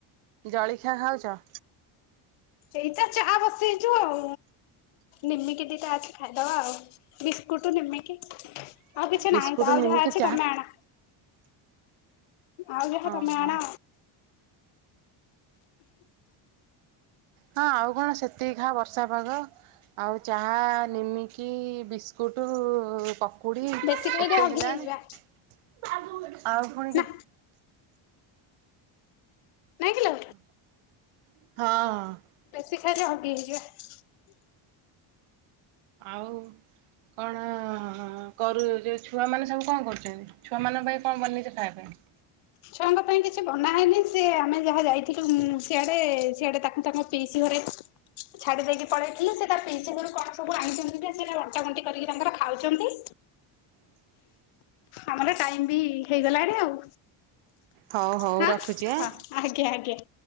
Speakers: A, on the right; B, on the left.
A: ଜଳିଖିଆ ଖାଉଛ?
B: ଏଇତ ଚା ବସେଇଛୁ ଆଉ। ନିମିକି ଦିତା ଖାଇଦବା ଆଉ। ବିସ୍କୁଟ ନିମିକି ଆଉ କିଛି
A: ବିସ୍କୁଟ
B: ନାହିଁ ତ, ଆଉ
A: ନିମିକି
B: ଯାହା ଅଛି
A: ଚାହା
B: ତମେ ଆଣ ଆଉଯାହା
A: ଓହୋ
B: ତମେ ଆଣ।
A: ହଁ। ଆଉ କଣ ସେତିକି ଖା ବର୍ଷା ପାଗ ଆଉ ଚାହା, ନିମିକି, ବିସ୍କୁଟ, ପ କୁଡି
B: ବେଶୀ ଖାଇଲେ
A: ଏତେ
B: ହଗି
A: ହେଲାଣି।
B: ହେଇଯିବା
A: ଆଉ ପୁଣିକ।
B: ନା ନାଇଁ କିଲୋ
A: ହଁ।
B: ବେଶି ଖାଇଲେ ହଗି ହେଇଯିବି, ବା।
A: ଆଉ। କଣ ଅ, ଅ, ଅ, ଅ, କରୁ ଯେ ଛୁଆମାନେ ସବୁ କଣ କରୁଚନ୍ତି ଛୁଆମାନଙ୍କ ପାଇଁ କଣ ବନେଇଚ ଖାଇବା ପାଇଁ।
B: ଛୁଆଙ୍କ ତାଙ୍କ ପାଇଁ କିଛି ବନା ହେଇନି ସେ ଆମେ ଯାହା ଯାଇଥିଲୁ ଉ ସିଆଡେ ସିଆଡେ ତାଙ୍କୁ ତାଙ୍କ ପିସୀ ଘରେ ଛାଡ଼ି ଦେଇକି ପଳେଇଥିଲେ ସେ ତା ପିଉସୀ ଘରୁ କଣ ସବୁ ଆଣିଛନ୍ତି ଯେ ସେରା ବଣ୍ଟା ବଣ୍ଟି କରିକି ତାଙ୍କର ଖାଉଛନ୍ତି।
A: <inaudible>
B: ଆମର ଟାଇମି ବି ହେଇଗଲାଣି ଆଉ।
A: ହଉ ହଉ
B: ହା
A: ରଖୁଛି
B: ହଁ
A: ଆଁ।
B: ଆଜ୍ଞା ଆଜ୍ଞା।